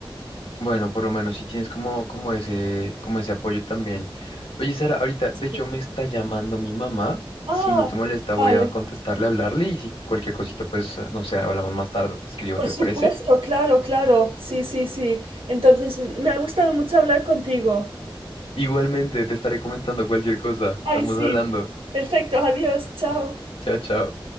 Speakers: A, on the left; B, on the right.
A: Bueno, por lo menos si tienes como, como ese, como ese apoyo también. Oye, Sara, ahorita,
B: Sí.
A: de hecho, me está llamando mi mamá.
B: Ah,
A: Si no te molesta, voy
B: vale.
A: a contestarle, hablarle y si cualquier cosita, pues, ah, no sé, hablamos más tarde, te escribo,
B: Por
A: ¿te
B: supuesto,
A: parece?
B: claro, claro. Sí, sí, sí. Entonces, me ha gustado mucho hablar contigo.
A: Igualmente, te estaré comentando cualquier cosa.
B: Ay,
A: Estamos
B: sí.
A: hablando.
B: Perfecto, adiós, chao.
A: Chao, chao.